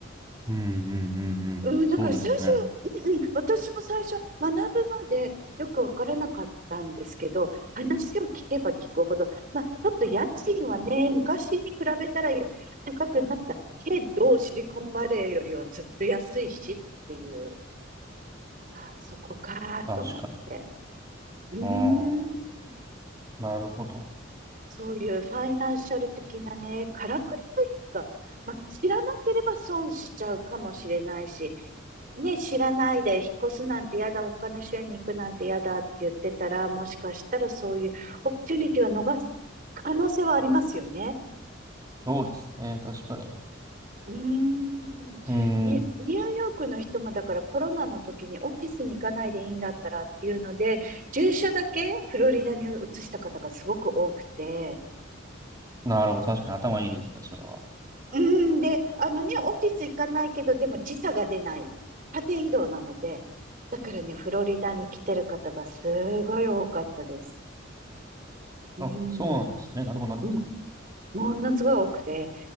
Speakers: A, on the right; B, on the right.
A: うん、うん、うん、うん。
B: うん、
A: そうですね。
B: だから最初、うんうん、私も最初、学ぶまでよくわからなかったんですけど、話を聞けば聞くほど、まあ、ちょっと家賃はね、昔に比べたらや高くなったけど、シリコンバレーよりはずっと安いしっていう、あ、そこかと思って。
A: 確かに。
B: うーん。
A: ああ、なるほど。
B: そういうファイナンシャル的なね、からくりというか、まあ、知らなければ損しちゃうかもしれないし、ね、知らないで引っ越すなんて嫌だ、他の州に行くなんて嫌だって言ってたら、もしかしたらそういうオプチュニティは逃す可能性はありますよね。
A: そうですね、確かに。
B: うーん。に、
A: うん、
B: ニューヨークの人もだからコロナの時にオフィスに行かないでいいんだったらっていうので、住所だけフロリダに移した方がすごく多くて、
A: なるほど。確かに頭いいですね、それは。
B: うん、で、あのね、オフィス行かないけど、でも時差が出ない。縦移動なので。だからね、フロリダに来てる方がすごい多かったです。うん、
A: あ、そうなんですね。なるほど、なるほど。
B: うん、ものすごい多くて。